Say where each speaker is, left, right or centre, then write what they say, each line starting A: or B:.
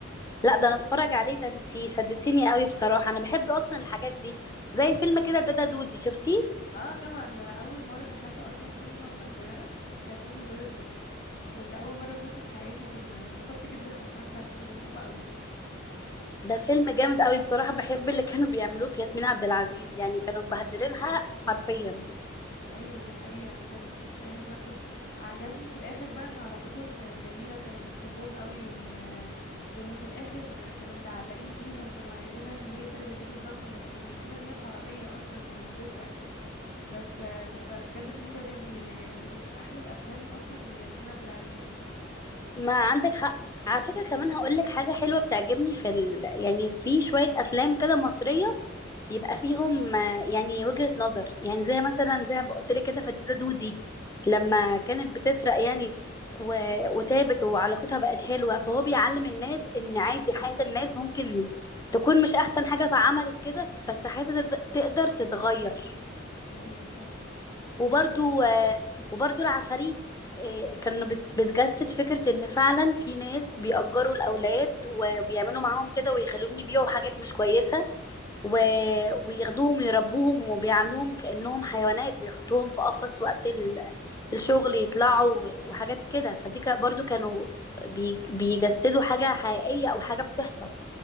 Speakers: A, on the left (about 20°); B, on the left (about 50°).
A: لا ده انا اتفرج عليه ده انتي شدتيني قوي بصراحة انا بحب اصلا الحاجات دي زي فيلم كده دادا دودي شفتيه
B: اه طبعا ده انا اول مرة دخلت اصلا سينما وانا صغيرة كان فيلم دادا دودي وكنت اول مرة اخش في حياتي سينما اتبسطت جدا لما اتفرجت على الفيلم ده بحبه قوي
A: ده فيلم جامد قوي بصراحة بحب اللي كانوا بيعملوه في ياسمين عبد العزيز يعني كانوا مبهدلينها حرفيا
B: ايوه دي حقيقة بجد بس يعني برضو عجبني في الاخر بقى ان علاقتهم كانت جميلة وكانت بتحبهم قوي وان وان في الاخر كانوا متعلقين بيها وكانوا عايزينها ان هي ترجع تاني برغم ان كانت المفروض ان هي حرامية اصلا وكانت بتسرق بس بس بجد الفيلم ده جميل يعني دي من احلى الافلام اصلا لياسمين عبد العزيز
A: ما عندك حق على فكرة كمان هقول لك حاجة حلوة بتعجبني في ال... يعني في شوية أفلام كده مصرية بيبقى فيهم آه، يعني وجهة نظر يعني زي مثلا زي ما قلت لك كده فتاة دودي لما كانت بتسرق يعني و... وتابت وعلاقتها بقت حلوة فهو بيعلم الناس إن عادي حياة الناس ممكن تكون مش أحسن حاجة فعملت كده بس حياتها تقد- تقدر تتغير
B: ايوه صح
A: وبرضو
B: دي حقيقة
A: آه، وبرضو العفاريت آه، كانوا بت- بتجسد فكرة ان فعلا في ناس بيأجروا الأولاد وبيعملوا معاهم كده ويخلوهم يبيعوا حاجات مش كويسة و... وياخدوهم ويربوهم وبيعاملوهم كأنهم حيوانات ويحطوهم في قفص وقت ال... الشغل يطلعوا و- وحاجات كده فدي كا- برضو كانوا بي... بيجسدوا حاجة حقيقية أو حاجة بتحصل